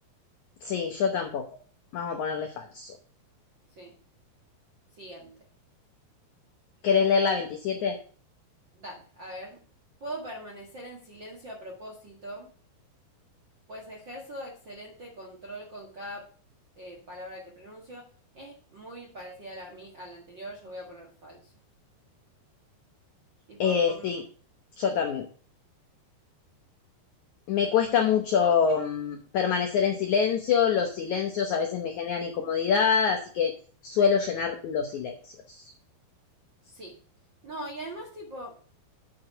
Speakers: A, on the left; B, on the right.
A: Sí, yo tampoco. Vamos a ponerle falso.
B: Sí. Siguiente.
A: ¿Querés leer la 27?
B: Dale, a ver. Puedo permanecer en silencio a propósito Pues ejerzo excelente control con cada eh, palabra que pronuncio. Es muy parecida a la, mi- a la anterior, yo voy a poner falso. Tipo,
A: Eh,
B: mm,
A: sí, yo también. Me cuesta mucho
B: ¿cómo?
A: mm, permanecer en silencio, los silencios a veces me generan incomodidad, así que suelo llenar los silencios.
B: Sí. No, y además, tipo,